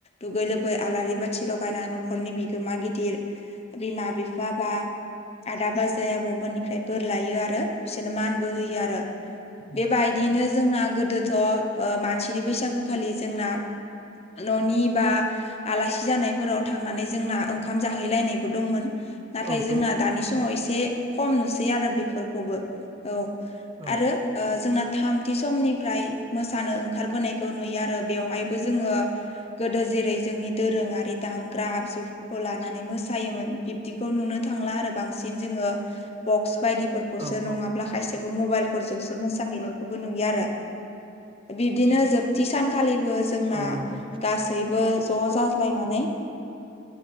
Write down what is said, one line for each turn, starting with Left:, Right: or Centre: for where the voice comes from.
Left: दुगै लोबै आलारि बाथि लगायना न'खरनि बिगोमा गिदिर बिमा बिफा बा आदा बाजै आब'मोननिफ्राय बोर लायो आरो बिसोरनो मानबो होयो आरो
Right: औ
Left: बेबायदिनो जोंना गोदोथ' ओ मानसिनि बैसागुखालि जोंना न'नि बा आलासि जानायफोराव थांनानै जोंना ओंखाम जाहैलायनायबो दंमोन नाथाय
Right: औ दं
Left: जोंना दानि समाव एसे खम नुसै आरो बेफोरखौबो औ
Right: औ
Left: आरो ओ जोंना थामथि समनिफ्राय मोसानो ओंखारबोनायखौ नुयो आरो बेवहायबो जोङो गोदो जेरै जोंनि दोरोङारि दामग्रा आगजु लानानै मोसायोमोन बिब्दिखौ नुनो थांला आरो बांसिन जोङो बक्स बायदिफोरखौसो
Right: औ
Left: नङाब्ला
Right: औ
Left: खायसेखौ मबाइलफोरजोंसो मोसाहैनायखौबो नुयो आरो। बिब्दिनो जोबथि सानखालिबो जोंना
Right: औ नंगौ
Left: गासै गासैबो ज' जाज्लायनानै